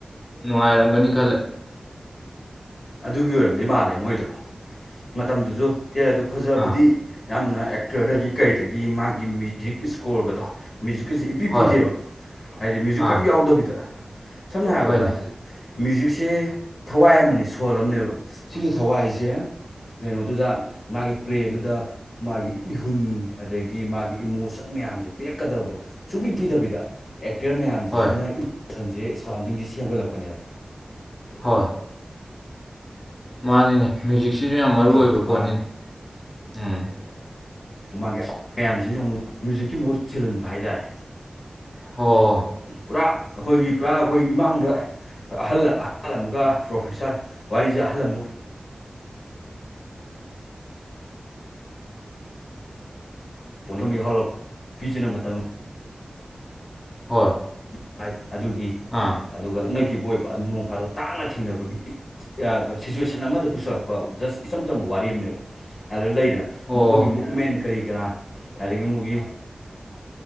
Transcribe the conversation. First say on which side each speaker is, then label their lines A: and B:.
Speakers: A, on the left (about 25°); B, on the left (about 75°).
A: ꯅꯨꯡꯉꯥꯏꯔꯝꯒꯅꯤ ꯈꯜꯂꯦ
B: ꯑꯗꯨꯒꯤ ꯑꯣꯏꯔꯝꯗꯤ ꯃꯥꯜꯂꯦ ꯃꯣꯏꯗꯣ ꯃꯇꯝꯗꯨꯁꯨ ꯇꯦꯔ ꯑꯗꯨ ꯐꯖꯕꯗꯤ
A: ꯑꯥ
B: ꯌꯥꯝꯅ ꯑꯦꯛꯇꯔꯗꯒꯤ ꯀꯩꯗꯒꯤ ꯃꯥꯒꯤ ꯃ꯭ꯌꯨꯖꯤꯛ ꯏꯁꯀꯣꯔꯒꯗꯣ ꯃ꯭ꯌꯨꯖꯤꯛꯀꯁꯦ ꯏꯄꯤ
A: ꯍꯣꯏ
B: ꯄꯤꯗꯦꯕ ꯍꯥꯏꯗꯤ ꯃ꯭ꯌꯨꯖꯤꯛꯀꯝ
A: ꯑꯥ
B: ꯌꯥꯎꯗꯕꯤꯗ ꯁꯝꯅ ꯍꯥꯏꯔꯕꯗ
A: ꯍꯣꯏꯅꯦ
B: ꯃ꯭ꯌꯨꯖꯤꯛꯁꯦ ꯊꯋꯥꯏ ꯑꯃꯅꯦ ꯁꯣꯜ ꯑꯃꯅꯦꯕ ꯁꯤꯒꯤ ꯊꯋꯥꯏꯁꯦ ꯀꯩꯅꯣꯗꯨꯗ ꯃꯥꯒꯤ ꯄ꯭ꯂꯦꯗꯨꯗ ꯃꯥꯒꯤ ꯏꯍꯨꯟ ꯑꯗꯒꯤ ꯃꯥꯒꯤ ꯏꯃꯣꯁꯟ ꯃꯌꯥꯝꯁꯦ ꯄꯤꯔꯛꯀꯗꯕꯗꯣ ꯁꯨꯡꯛꯄꯤ ꯄꯤꯗꯕꯤꯗ ꯑꯦꯛꯇꯔ ꯃꯌꯥꯝꯁꯤꯁꯤꯅ
A: ꯍꯣꯏ
B: ꯏꯃꯣꯁꯟꯁꯦ ꯁꯔꯥꯎꯟꯗꯤꯡꯁꯦ ꯁꯦꯝꯒꯠꯂꯛꯄꯅꯦꯕ
A: ꯍꯣꯏ ꯃꯥꯅꯤꯅꯦ ꯃ꯭ꯌꯨꯖꯤꯛꯁꯤꯁꯨ ꯌꯥꯝ ꯃꯔꯨ
B: ꯁꯣꯔ
A: ꯑꯣꯏꯕ
B: ꯍꯣꯟꯕ
A: ꯄꯣꯠꯅꯤꯅꯤ <unintelligible>
B: ꯃꯥꯒꯤ ꯃꯌꯥꯝꯁꯤꯅ ꯑꯃꯨꯛ ꯃ꯭ꯌꯨꯖꯤꯛꯀꯤ ꯃꯍꯨꯠ ꯁꯤꯜꯍꯟꯕ ꯍꯥꯏꯇꯥꯔꯦ
A: ꯑꯣ
B: ꯄꯨꯔꯥ ꯑꯩꯈꯣꯏꯒꯤ ꯄꯨꯔꯥ ꯑꯩꯈꯣꯏꯒꯤ ꯏꯃꯥꯡꯗ ꯑꯍꯜ ꯑꯍꯜ ꯑꯃꯒ ꯄ꯭ꯔꯣꯐꯦꯁꯥꯔ ꯋꯥꯔꯤꯁꯦ ꯑꯍꯜ ꯑꯃꯒ ꯄꯨꯝꯅꯃꯛ ꯌꯧꯍꯟꯂꯛꯄ ꯄꯤꯖꯅ ꯃꯇꯝ
A: ꯍꯣꯏ
B: <unintelligible> ꯑꯗꯨꯒꯤ
A: ꯑꯥ
B: ꯑꯗꯨꯒ ꯂꯞꯅꯈꯤꯕ ꯑꯣꯏꯕ ꯑꯗꯨ ꯅꯣꯡ ꯐꯥꯗꯣꯛ ꯇꯥꯡꯅ ꯊꯦꯡꯅꯕꯒꯤ ꯁꯤꯆꯨꯋꯦꯁꯟ ꯑꯃꯗ ꯄꯨꯁꯜꯂꯛꯄꯥ ꯖꯁ ꯏꯆꯝ ꯆꯝꯕ ꯋꯥꯔꯤ ꯑꯃꯅꯦꯕ ꯑꯗꯨꯗꯅ ꯂꯩꯗꯅ
A: ꯑꯣ
B: ꯃꯈꯣꯏꯒꯤ ꯃꯨꯛꯃꯦꯟ ꯀꯔꯤ ꯀꯔꯥ ꯑꯗꯒꯤ ꯃꯣꯏꯒꯤ